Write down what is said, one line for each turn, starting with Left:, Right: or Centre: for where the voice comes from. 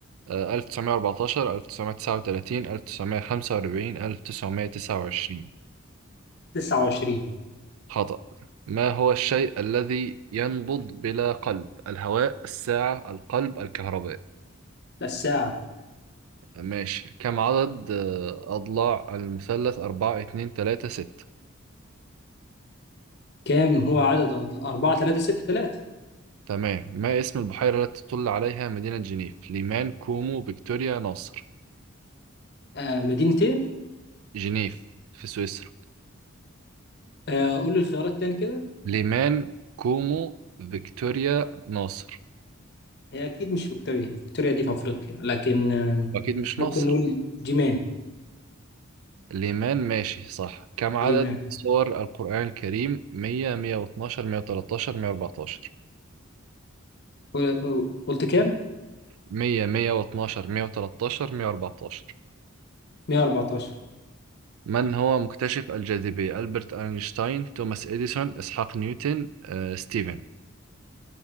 Right: آه، 1914 1939 1945 1929
Left: 29
Right: خطأ ما هو الشيء الذي ينبض بلا قلب الهواء الساعة القلب الكهرباء
Left: الساعة
Right: ماشي كم عدد آه، أضلاع المثلث 4 2 3 6
Left: كام هو عدد 4 3 6 3
Right: تمام ما اسم البحيرة التي تطل عليها مدينة جنيف ليمان كومو فيكتوريا ناصر
Left: مدينة
Right: جنيف في سويسرا
Left: آه، قول لي الخيارات تاني كده
Right: ليمان كومو فيكتوريا ناصر
Left: هي اكيد مش فيكتوريا فيكتوريا دي في افريقيا لكن آم،
Right: أكيد مش
Left: ممكن
Right: ناصر
Left: نقول جيمان
Right: ليمان ماشي صح كم عدد
Left: ليمان
Right: سور القرآن الكريم 100 112 113 114
Left: قول- قلت كام
Right: 100 112 113 114
Left: 114
Right: من هو مكتشف الجاذبية ألبرت أينشتاين توماس إديسون إسحاق نيوتن آه، ستيفن